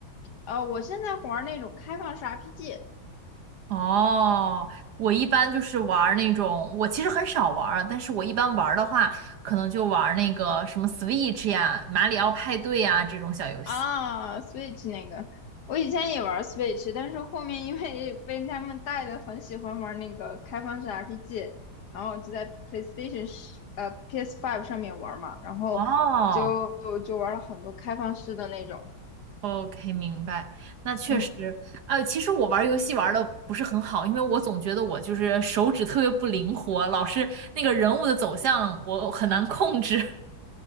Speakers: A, on the left; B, on the right.
A: 呃，我现在玩那种开放式 RPG
B: 哦，我一般就是玩儿那种，我其实很少玩儿但是我一般玩儿的话，可能就玩儿那个什么 Switch 呀、马里奥派对呀这种小游戏。
A: 啊，Switch 那个，我以前也玩 Switch，但是后面因为被他们带的很喜欢玩那个开放式 RPG，然后就在 PlayStation 十呃 p s Five 上面玩嘛，然后就就玩了很多开放式的那种，
B: 哦，OK，明白。那确实，
A: 嗯。
B: 呃，其实我玩儿游戏玩的不是很好，因为我总觉得我就是手指特别不灵活，老是那个人物的走向我很难控制，